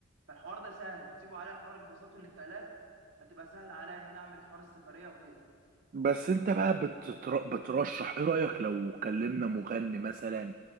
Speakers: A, on the right; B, on the right.
A: فالحوار ده سهل سيبوا عليا حوار الباصات والانتقالات هتبقى سهل عليا ان انا اعمل حوار السفريه وكده
B: بس انت بقى بتتر... بترشح ايه رأيك لو كلمنا مغني مثلا